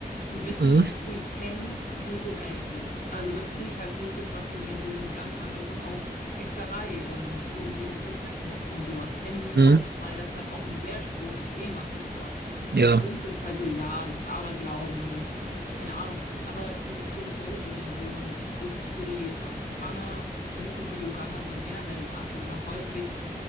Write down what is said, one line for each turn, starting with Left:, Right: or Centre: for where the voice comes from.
Left: Die wissen,
Right: Mhm.
Left: sie kennen diese Welten. Also das finde ich halt richtig faszinierend, so eine ganz andere und auch Hexerei und irgendwie Okkultismus und sowas kennen die
Right: Mhm.
Left: auch, weil das halt auch ein sehr großes Thema ist dort.
Right: Ja,
Left: Bei uns ist es halt so, ja, das ist Aberglauben, keine Ahnung, aber diese spirituelle Dimension ist für die Afrikaner, nicht nur für die Uganda, sondern generell in Afrika häufig